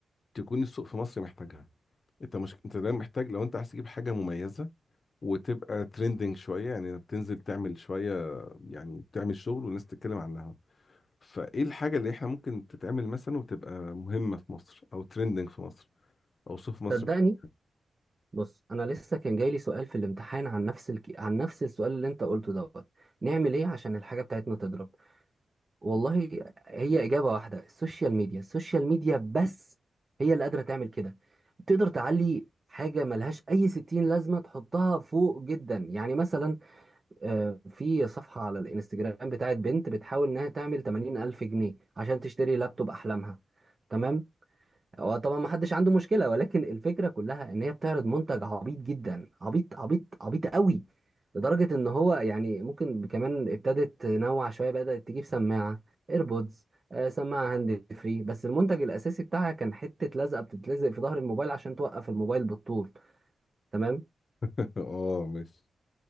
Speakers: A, on the left (about 50°); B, on the right (about 35°).
A: تكون السوق في مصر محتاجها انت مش انت دايما محتاج لو انت عايز تجيب حاجه مميزه وتبقى ترندنج شويه يعني بتنزل تعمل شويه يعني تعمل شغل والناس تتكلم عنها فايه الحاجه اللي احنا ممكن تتعمل مثلا وتبقى مهمه في مصر او ترندنج في مصر او سوق في مصر
B: صدقني
A: محتاجها
B: بص انا لسه كان جاي لي سؤال في الامتحان عن نفس الك... عن نفس السؤال اللي انت قلته دوت نعمل ايه عشان الحاجه بتاعتنا تضرب والله هي اجابه واحده السوشيال ميديا السوشيال ميديا بس هي اللي قادره تعمل كده تقدر تعلي حاجه ملهاش اي ستين لازمه تحطها فوق جدا يعني مثلا آه، في صفحه على الانستجرام بتاعت بنت بتحاول انها تعمل 80 الف جنيه عشان تشتري لابتوب احلامها تمام هو طبعا ما حدش عنده مشكله ولكن الفكره كلها ان هي بتعرض منتج عبيط جدا عبيط عبيط عبيط قوي لدرجه ان هو يعني ممكن كمان ابتدت تنوع شويه بدات تجيب سماعه ايربودز آه سماعه هاند فري بس المنتج الاساسي بتاعها كان حته لزقه بتتلزق في ظهر الموبايل عشان توقف الموبايل بالطول تمام
A: <laughs> اه ماشي